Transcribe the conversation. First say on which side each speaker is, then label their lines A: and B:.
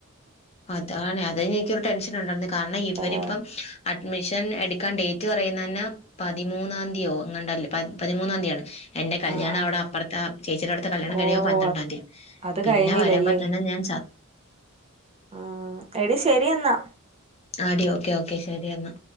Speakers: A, on the left (about 30°); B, on the right (about 25°).
A: അതാണ് അതെയ്ഞ്ഞെനിക്കൊരു ടെൻഷനുണ്ടരുന്നു കാരണം ഇവനിപ്പം
B: ആഹ്
A: അഡ്മിഷൻ എടുക്കാൻ ഡേറ്റ് പറയുന്നന്നെ പതിമൂന്നാം തീയോ എങ്ങണ്ടല്ലേ പത് പതിമൂന്നാം തീയാണ് എന്റെ കല്യാണം
B: ആഹ് ആഹ്
A: അവ്ട അപ്പറത്ത ആ ചേച്ചിടെവിടുത്തെ കല്യാണം
B: ഓ
A: കഴിയുമ്പ പന്ത്രണ്ടാം
B: അത്
A: തീ
B: അത്
A: പിന്നെ
B: കഴിഞ്ഞില്ലല്ലേ
A: വരമ്പോ തന്നെ ഞാൻ ച
B: ആഹ് എടി ശരിയെന്നാ
A: ആഹ് ടി ഓക്കെ ഓക്കെ ശരി എന്നാ